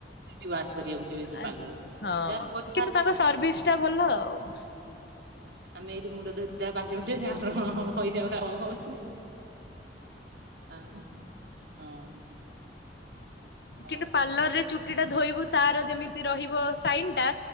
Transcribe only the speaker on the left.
ଆସ୍
ହଁ
କିନ୍ତୁ
ତାଙ୍କ ସର୍ଭିସ ଟା ଭଲ ଆଉ।
କିନ୍ତୁ ପାର୍ଲର ରେ ଚୁଟି ଟା ଧୋଇବୁ ତାର ଯେମି ତି ରହିବ ସାଇନ ଟା